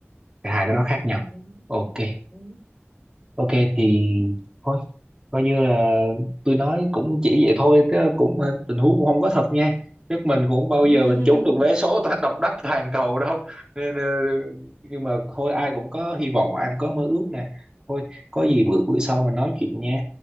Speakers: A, on the right; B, on the left.
A: Cả hai cái đó khác nhau
B: Ừ.
A: ok
B: Ừ.
A: ok thì thôi coi như là tôi nói cũng chỉ vậy thôi chứ cũng tình huống cũng không có thật nha nước mình cũng bao
B: <laughs>
A: giờ mình trúng được vé số ta- độc đắc toàn cầu đâu nên ờ, nhưng mà thôi ai cũng có hy vọng ai cũng có mơ ước nè thôi có gì bữa bữa sau mình nói chuyện nha